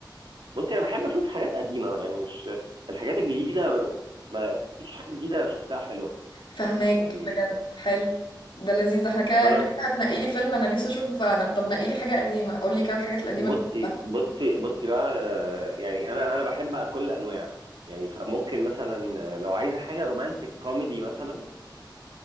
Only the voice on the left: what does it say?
فهماك
بجد حلو ده لذيذ ده احنا كده
انت
كده هتنقي لي فيلم انا نفسي اشوفه فعلا طب نقي لي حاجه قديمه قول لي كده الحاجات القديمه
اللي بحبها